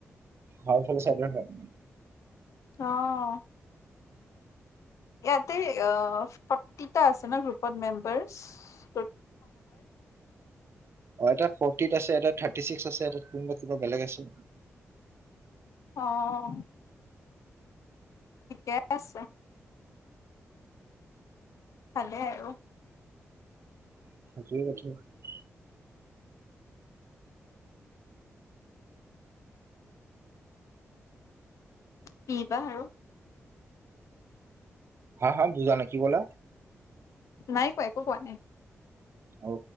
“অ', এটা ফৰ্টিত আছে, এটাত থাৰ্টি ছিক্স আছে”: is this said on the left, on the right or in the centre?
Right